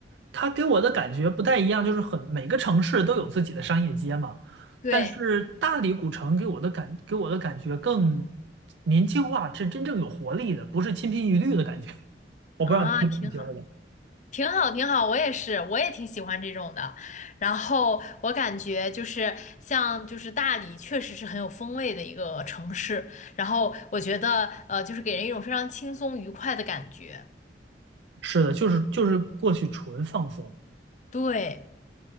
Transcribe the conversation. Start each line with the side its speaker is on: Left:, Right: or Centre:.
Right: 它给我的感觉不太一样，就是很每个城市都有自己的商业街嘛，
Left: 对，
Right: 但是大理古城给我的感给我的感觉更年轻化，是真正有活力的，不是千篇一律的感觉。我不知道你是怎么觉得的。
Left: 啊，挺好。挺好，挺好，我也是，我也挺喜欢这种的。然后我感觉就是像就是大理，确实是很有风味的一个城市。然后我觉得呃，就是给人一种非常轻松愉快的感觉。
Right: 是的，就是就是过去纯放松
Left: 对，